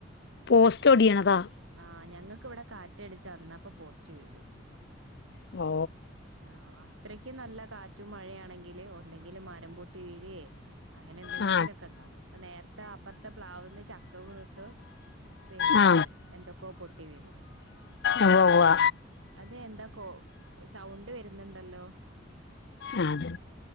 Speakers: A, on the left; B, on the right.
A: പോസ്റ്റൊടിയ്ണതാ
B: ആഹ് ഞങ്ങക്ക് ഇവടെ കാറ്റടിച്ച അന്നപ്പൊ പോസ്റ്റ് വീഴും
A: ഓ
B: ആഹ് അത്രയ്ക്കും നല്ല കാറ്റും മഴയാണെങ്കില് ഒന്നെങ്കില് മരംപൊട്ടി വീഴെ അങ്ങനെ എന്തെങ്കിലൊക്കെണ്ടാവും
A: ആ
B: ഇപ്പൊ നേര്ത്തെ അപ്പർത്തെ പ്ലാവ്ന്ന് ചക്ക വീണ് ട്ട് പിന്നെ
A: ആ
B: എന്തൊക്കോ പൊട്ടി വീണ്
A: ഉവ് ഉവ്വാ
B: അതെ എന്താകോ സൗണ്ട് വെര്ന്ന്ണ്ടല്ലോ
A: ആ അത്